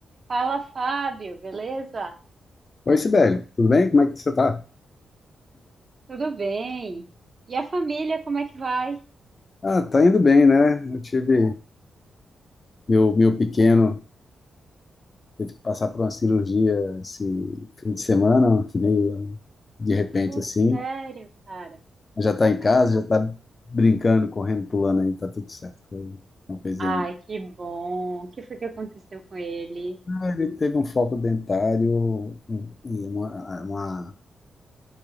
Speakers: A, on the right (about 40°); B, on the left (about 30°).
A: Fala, Fábio, beleza?
B: Oi, Sibeli, tudo bem? Como é que você tá?
A: Tudo bem? E a família, como é que vai?
B: Ah, tá indo bem, né? Eu tive meu, meu pequeno, teve que passar por uma cirurgia esse fim de semana, meio de repente
A: Pô,
B: assim.
A: sério, cara.
B: Já tá
A: Qual foi
B: em casa,
A: que... aconteceu?
B: já tá brincando, correndo, pulando aí, tá tudo certo. Foi uma coisinha.
A: Ai, que bom. O que foi que aconteceu com ele?
B: Ah, Ele teve um foco dentário um, e uma, uma,